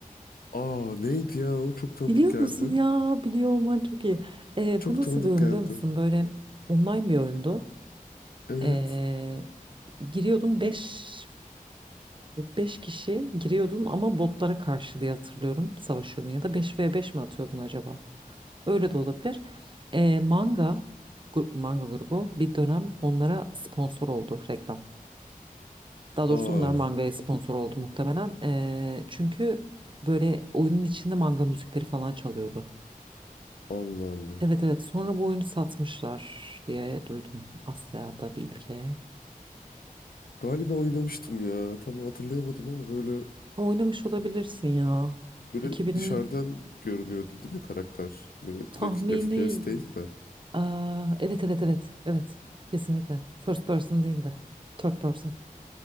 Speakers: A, on the left; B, on the right.
A: Aa neydi ya o çok tanıdık
B: Biliyor
A: geldi.
B: musun ya? Biliyor olman çok iyi. Ee,
A: Çok
B: bu nasıl
A: tanıdık
B: bir oyun
A: geldi.
B: biliyor musun? Böyle online bir oyundu.
A: Evet.
B: Ee, giriyordun 5 5 kişi giriyordun ama botlara karşı diye hatırlıyorum savaşıyordun ya da beş ve beş mi atıyordun acaba? Öyle de olabilir. Ee, manga, gru- manga grubu bir dönem onlara sponsor oldu reklam. Daha doğrusu
A: Aa
B: onlar mangaya sponsor oldu muhtemelen. Ee, çünkü böyle oyunun içinde manga müzikleri falan çalıyordu.
A: Allah Allah.
B: Evet evet sonra bu oyunu satmışlar diye duydum Asya'da bir ülkeye.
A: Galiba oynamıştım ya. Tam hatırlayamadım ama böyle
B: Ama Oynamış olabilirsin ya.
A: Böyle
B: 2000
A: dışarıdan görünüyordu değil mi karakter? Böyle
B: tahmini
A: direkt FPS değil de.
B: Aa, evet evet evet evet kesinlikle. First person değil de third person